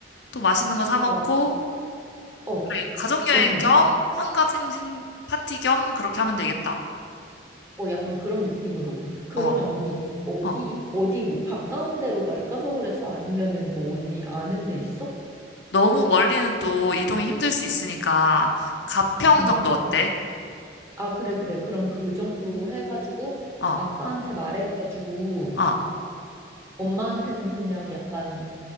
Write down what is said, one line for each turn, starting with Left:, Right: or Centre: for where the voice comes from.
Left: 또 맛있는 거 사 먹고
Right: 어, 어,
Left: 그래, 가족여행
Right: 언니.
Left: 겸 환갑 생신 파티 겸 그렇게 하면 되겠다.
Right: 어, 약간 그런 느낌으로. 그러면
Left: 어.
Right: 언니 어디
Left: 어.
Right: 어디 뭐 가까운 데로 갈까? 서울에서 아니면은 뭐 언니 아는 데 있어?
Left: 너무 멀리는 또 이동이 힘들 수 있으니까 가평
Right: 응.
Left: 정도 어때?
Right: 아, 그래 그래. 그럼 그 정도 해가지고
Left: 어,
Right: 아빠한테 말해가지고
Left: 어,
Right: 엄마한테는 그냥 약간